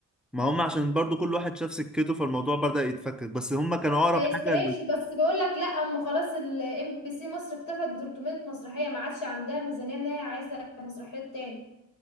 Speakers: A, in the centre; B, on the left.
A: ما هم عشان برضه كل واحد شاف سكته فالموضوع بدأ يتفكك بس هم كانوا اقرب
B: ما يستاهلش
A: حاجه
B: بس بيقول لك لا اما خلاص الام بي سي مصر اكتفت ب 300 مسرحيه ما عادش عندها ميزانيه ان هي عايزه مسرحيات تاني